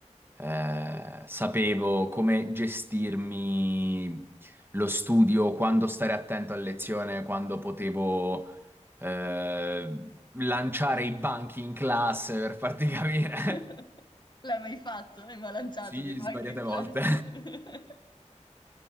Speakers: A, on the right; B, on the left.
A: eh, sapevo come gestirmi lo studio, quando stare attento a lezione, quando potevo eh, lanciare i banchi in classe per farti capire.
B: <laughs>
A: <laughs>
B: L'hai mai fatto? Hai mai lanciato
A: Sì,
B: dei banchi
A: svariate
B: in classe?
A: volte.
B: <laughs>